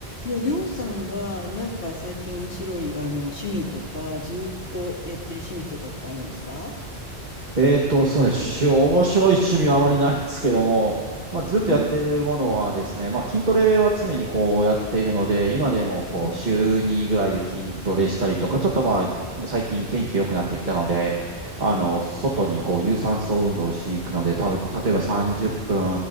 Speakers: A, on the left; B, on the right.
A: ね、りょうさんはなんか最近面白いあの趣味とかずーっとやってる趣味とかってあるんですか
B: えーと、すみません。し面白い趣味はあまりないですけども、まあ、ずっとやってるものはですね、
A: うん
B: まあ、筋トレは常にこうやっているので、今でもこう週2ぐらいで筋トレしたりとか、
A: <laughs> お
B: ちょっとまあ、最近天気良くなってきたので、あの、
A: うん。
B: 外にこう有酸素運動をしに行くので、多分例えば30分、